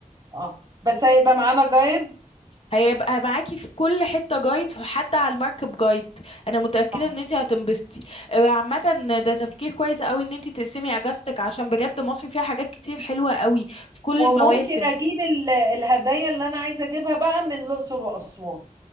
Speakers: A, on the right; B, on the left.
A: اه بس هيبقى معانا جايد
B: هيبقى معاكي في كل حتة جايد حتى على المركب جايد انا متأكدة
A: اه
B: ان انتي هتنبسطي آه، عامة ده تفكير كويس قوي ان انتي تقسمي اجازتك عشان بجد مصر فيها حاجات كتير حلوة قوي في كل
A: وممكن
B: المواسم
A: اجيب ال- الهدايا اللي انا عايزه اجيبها بقى من الاقصر واسوان